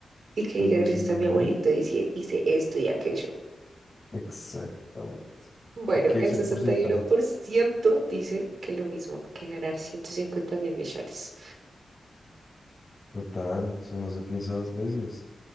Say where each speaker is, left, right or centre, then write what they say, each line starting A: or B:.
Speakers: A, on the right; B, on the left.
A: y que diga
B: Ujú,
A: gracias a mi abuelito hice, hice esto y aquello.
B: exactamente.
A: Bueno,
B: ¿Qué, qué
A: el
B: dice
A: sesenta
B: el porcentaje?
A: y uno por ciento dice que lo mismo, que ganar ciento cincuenta mil millones.
B: Total, eso no se piensa dos veces.